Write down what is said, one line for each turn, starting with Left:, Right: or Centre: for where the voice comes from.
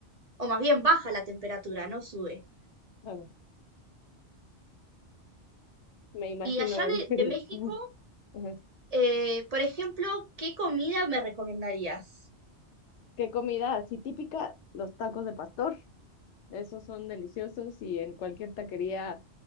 Right: o más bien baja la temperatura, no sube.
Left: Bueno, me imagino
Right: Y allá
Left: el
Right: de,
Left: frío.
Right: de México,
Left: <laughs> Ajá.
Right: eh, por ejemplo, ¿qué comida me recomendarías?
Left: ¿Qué comida así típica? Los tacos de pastor. Esos son deliciosos y en cualquier taquería